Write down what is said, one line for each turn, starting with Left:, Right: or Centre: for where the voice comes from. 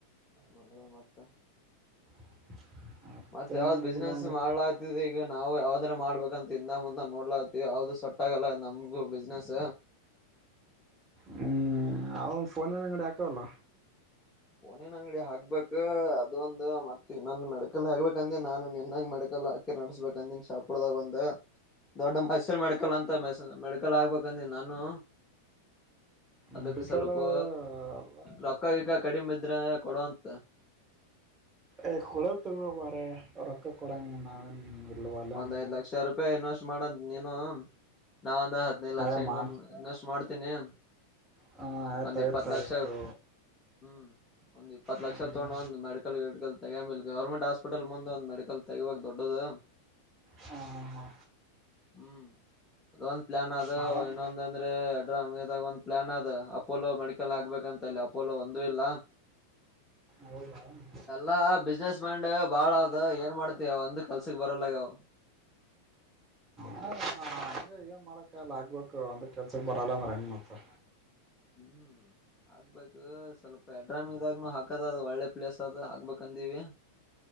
Left: ಮಗಳ ಮತ್ತ್
Right: <inaudible> ಮತ್ತೇನಿಲ್ಲ
Left: ಮತ್ತ ಯಾವ್ದ್ ಬಿಸ್ನೆಸ್
Right: ನೋಡಪ್ಪ
Left: ಮಾಡ್ಲಾತ್ತಿದಿ ಈಗ ನಾವು ಯಾವ್ದ್ರ ಮಾಡ್ಬೇಕಂತ ಇಂದ ಮುಂದ ನೋಡ್ಲತಿವಿ ಅವ್ದ ಸೊಟ್ಟ ಆಗಲ್ಲ ನಮ್ಗು ಬಿಸ್ನೆಸ್
Right: ಹ್ಮ್ ಅವ ಒಂದು ಫೋನ್ಲ್ಲ ಅಂಗಡಿ ಹಾಕವಲ್ಲ
Left: ಫೋನೀನ ಅಂಗಡಿ ಹಾಕ್ಬೇಕಕ್ ಅದು ಒಂದು ಮತ್ತೆ ನನ್ ಮೆಡಿಕಲ್ ಹಾಕ್ಬೇಕಂದಿನ್ ನಾನು ನಿನ್ನಾಗ ಮೆಡಿಕಲ್ ಹಾಕಿ ನಡ್ಸ್ಬೇಕಂದಿನ್ ಶಾಪುರದಾಗಂದ ದ್ ದೊಡ್ಡ ಮೈಸೂರು ಮೆಡಿಕಲ್ ಅಂತ ಮ ಮೆಡಿಕಲ್ ಆಗ್ಬೇಕಂದ ನಾನು ಅದಕ್
Right: ಮೆಡಿಕಲ್
Left: ಸ್ವಲ್ಪ
Right: ಅಲ್ಲ
Left: ರೊಕ್ಕಗಿಕ್ಕ ಮಿದ್ರ ಕೊಡುವಂತ
Right: ಏ ಕೊಡ ತಗೋಬಾರಯ್ಯ ರೊಕ್ಕ ಕೊಡಂಗ ನಾವೇನ್ ಇಲ್ವಲ್ಲ
Left: ಒಂದ್
Right: ಅಂದ್ನ
Left: ಐದು ಲಕ್ಷ ರೂಪಾಯಿ ಇನ್ವೆಸ್ಟ್ ಮಾಡನ್ನ್ ನೀನು ನಾನ ಹದಿನೈದು ಲಕ್ಷ
Right: ಅದೇ
Left: ಇನನ್
Right: ಮಾ
Left: ಇನ್ವೆಸ್ಟ್ ಮಾಡ್ತ್ ಿದ್ದನ <inaudible>
Right: ಹಾ ಆಯ್ತು
Left: ಒಂದ್ ಇಪ್ಪತ್
Right: ಆಯ್ತು
Left: ಲಕ್ಷ
Right: ಆಯ್ತು
Left: ಹ್ಮ್ ಒಂದ್ ಇಪ್ಪತ್ತು ಲಕ್ಷ
Right: ಹ್ಮ್
Left: ತಗೊಂಡ ಒಂದು ಮೆಡಕಲ್ಡ್ಕಲ್ ತಗಾಮೇಲ್ ಗೌರ್ಮೆಂಟ್ ಹಾಸ್ಪಿಟಲ್ ಮುಂದೆಂದಂದು ಮೆಡಿಕಲ್ ತೆಗುವಾಗ ದೊಡ್ಡದು
Right: ಹಾ ಹಾ ಹಾ
Left: ಹ್ಮ್ ಅದೊಂದ್ ಪ್ಲಾನ್ ಅದು
Right: ಮಾಡಮ್
Left: ಇನ್ನೊಂದ ಅಂದ್ರೆ ಎ ಅವಾಗ ಒಂದು ಪ್ಲಯಾನ್ ಅದ ಅಪೋಲೋ ಮೆಡಿಕಲ್ ಆಗ್ಬೇಕಂತಲ್ಲಿ ಅಪೋಲೋ ಒಂದು ಇಲ್ಲ
Right: ಹೌದಾ ಹಂಗೆ
Left: ಎಲ್ಲಾ ಬಿಸ್ನೆಸ್ ಮೈಂಡ್ ಬಾಳದು ಏನ್ ಮಾಡತ್ತಿ ಒಂದ್ ಕಲ್ಸ ಸ ಬರೋ ಲಗಾವ
Right: ಹ ಈ ಈಗ ಮಾಡಕ್ಕಲ್ಲ ಆಗ್ಬೇಕು ಅಂದ ಕೆಲ್ಸಕ್ ಬರಲ್ಲ ಮರಂಗ ಮತ್ರ
Left: ಹ್ಮ್ ಆಗ್ಬೇಕು ಸ್ವಲ್ಪ ಎಡ್ರಾಮಿಂದಾಗನು ಹಾಕದ ಅ ಒಳ್ಳೆ ಪ್ಲೇಸ್ ಆದದ ಹಾಬೇಕಂದೀವಿ